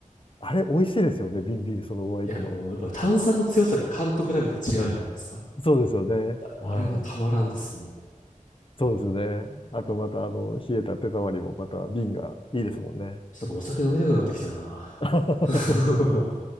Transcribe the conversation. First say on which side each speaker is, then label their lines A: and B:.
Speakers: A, on the left; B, on the left.
A: あれ、美味しいですよね。瓶ビールそのまま行くの。
B: いやもうやっぱ炭酸の強さが缶と比べて違うじゃないですか。
A: そうですよね。
B: いや、もうあれはたまらんです、
A: はい。
B: も
A: そうですよね。あとまた、
B: う。うん
A: あの、冷えた手触りもまた瓶がいいですもんね。
B: ちょっとなんかお酒飲みたくなってきたな。
A: <laughs> 本当ですね。
B: <laughs>